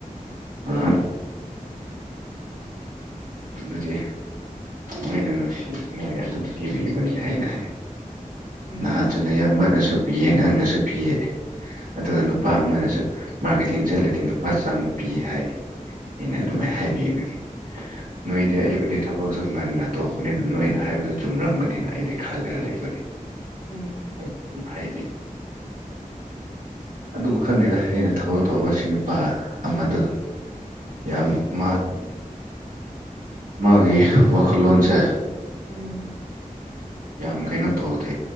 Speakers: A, on the right (about 80°); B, on the left (about 30°).
A: ꯑꯝ ꯑꯗꯨꯗꯤ ꯃꯣꯏꯅ ꯅꯨꯡꯁꯤ ꯃꯣꯏꯅ ꯑꯗꯨꯝ ꯄꯤꯕꯤꯕꯅꯤ ꯍꯥꯏꯅ ꯍꯥꯏ
B: ꯎꯝ
A: ꯅꯍꯥꯟꯁꯨ ꯅ ꯌꯥꯝꯕꯅꯁꯨ ꯄꯤꯌꯦ ꯅꯪꯅꯁꯨ ꯄꯤꯌꯦ ꯑꯗꯨꯒ ꯅꯨꯄꯥ ꯑꯃꯅꯁꯨ ꯃꯥꯔꯀꯦꯇꯤꯡ ꯆꯠꯂꯗꯤ ꯂꯨꯄꯥ ꯆꯥꯝꯃ ꯄꯤ ꯍꯥꯏ ꯑꯩꯅ
B: ꯎꯝ
A: ꯑꯗꯨꯃꯥꯏꯅ ꯍꯥꯏꯕꯤꯕꯒꯤ ꯅꯣꯏꯗ
B: ꯎꯝ
A: ꯑꯩꯕꯨꯗꯤ ꯊꯕꯛꯁꯨ ꯉꯟꯅ ꯇꯧꯕꯅꯤꯅ ꯅꯣꯏꯅ ꯍꯥꯏꯕꯗꯨ ꯆꯨꯝꯔꯝꯒꯅꯤꯅ ꯑꯩꯗꯤ ꯈꯜꯂꯒ ꯂꯩꯕꯅꯦ
B: ꯎꯝ
A: ꯑꯪ ꯗꯨꯝ ꯍꯥꯏꯕꯤꯕ ꯑꯗꯨꯕꯨ ꯈꯪꯗꯦꯗ ꯑꯩꯅ ꯊꯕꯛ ꯇꯧꯕ ꯁꯤ ꯅꯨꯄꯥ ꯑꯃꯗꯨ ꯌꯥꯝ
B: ꯍꯣꯏ
A: ꯃꯥꯗꯨ ꯃꯥꯒꯤ ꯋꯥꯈꯜꯂꯣꯟꯁꯦ
B: ꯎꯝ
A: ꯌꯥꯝ ꯀꯩꯅꯣ ꯇꯧꯗꯦ